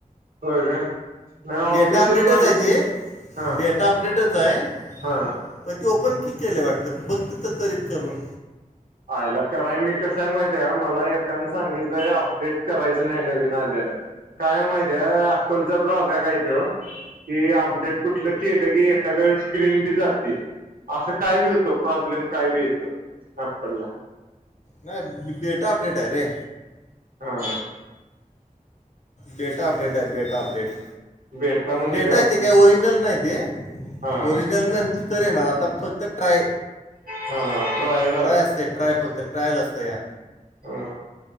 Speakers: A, on the right; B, on the left.
A: होय काय नाही ऑफिशियल
B: डेटा अपडेटच
A: लॉन्चिंग
B: आहे ते
A: हा
B: डेटा अपडेटच आहे.
A: हा
B: पण ते ओपन की केले वाटतं बघ तीत तरी करून
A: आयला कराय मी कसंय माहित आहे मला एकान सांगितलंय अपडेट करायचं नाय नवीन आलेला हाय काय हाय माहिती अँपलचा ड्रॉबॅक हाय त्यो हे अपडेट कुठलं केलं की एखाद्यावेळीस स्क्रीन बी जाते. असं काय बी होतं प्रॉब्लेम काय बी येतं. पल्ला
B: नाय बेटा अपडेट हाय रे
A: हा
B: बेटा अपडेट हाय बेटा अपडेट
A: बेटा म्हणजे
B: बेटाय
A: असते
B: काय ओरिजनल नाय ते
A: हा हा
B: ओरिजनल न तर येणार आता फक्त ट्राय
A: हा ट्राय
B: ट्राय असते ट्राय फक्त ट्रायल असतं या
A: अ